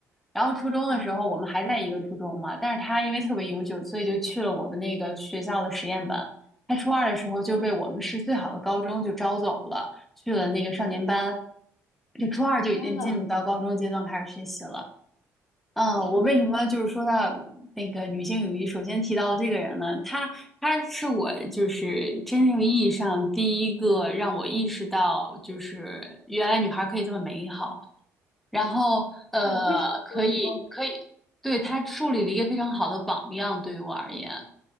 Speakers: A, in the centre; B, on the left.
A: 然后初中的时候，
B: 哇，
A: 我们还在一个初中嘛，但是她因为特别优秀，所以就去了我们那个学校的实验班。她初二的时候就被我们市最好的高中就招走了。
B: 嗯，
A: 去了那个少年班，就初二就已经进入到高中阶段开始学习了。
B: 天呐，
A: 嗯，
B: 嗯
A: 我为什么就是说到那个女性友谊，首先提到这个人呢？她她是我就是真正意义上第一个让我意识到，就是原来女孩可以这么美好，然后呃，
B: 嗯，为什么这么说呢？
A: 可以可以，对她树立了一个非常好的榜样，对于我而言。